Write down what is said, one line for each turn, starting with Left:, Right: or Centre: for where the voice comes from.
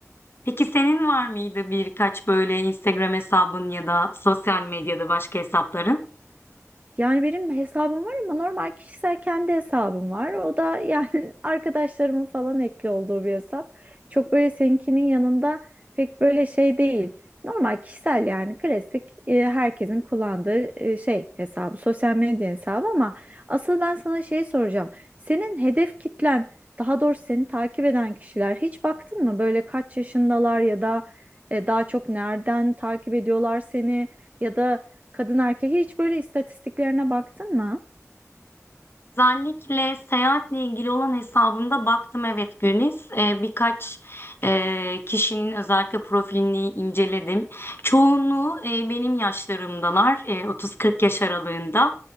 Left: peki senin var mıydı birkaç böyle Instagram hesabın ya da sosyal medyada başka hesapların?
Right: Yani benim hesabım var ama normal kişisel kendi hesabım var. O da yani <laughs> arkadaşlarımın falan ekli olduğu bir hesap. Çok böyle seninkinin yanında pek böyle şey değil. Normal kişisel yani klasik e, herkesin kullandığı e, şey hesabı, sosyal medya hesabı ama asıl ben sana şeyi soracağım. Senin hedef kitlen, daha doğrusu seni takip eden kişiler hiç baktın mı? Böyle kaç yaşındalar ya da e, daha çok nereden takip ediyorlar seni? ya da Kadın erkek hiç böyle istatistiklerine baktın mı?
Left: Özellikle seyahatle ilgili olan hesabımda baktım evet Güliz. Ee, birkaç e, kişinin özellikle profilini inceledim. Çoğunluğu e, benim yaşlarımdalar, e, 30-40 yaş aralığında.